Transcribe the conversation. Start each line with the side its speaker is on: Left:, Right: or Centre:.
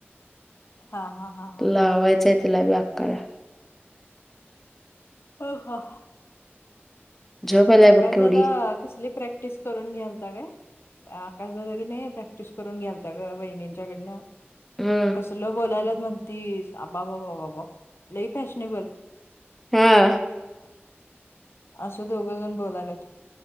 Left: हा हा. हा हा
Centre: लावायचंय तिला व्या करा.
Left: हो हो.
Centre: झोप आलाय
Left: आकाशदा
Centre: बघ केवढी.
Left: कसली प्रॅक्टिस करून गेलता काय, आकाश जागी नाही प्रॅक्टिस करून गेलता ग बहिणींच्या कडनं
Centre: हम्म
Left: कसलं बोलायला म्हणतीसबा बाबा बाबा लई फॅशनेबल
Centre: हा.
Left: असं दोघं जण बोलालात